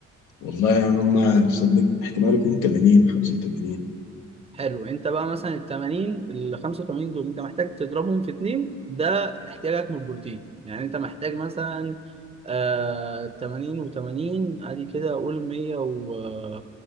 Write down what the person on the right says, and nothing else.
حلو انت بقى مثلا ال 80 ال 85 دول انت محتاج تضربهم في اتنين ده احتياجك من البروتين يعني انت محتاج مثلا آه 80 و80 ادي كده اقول 100 و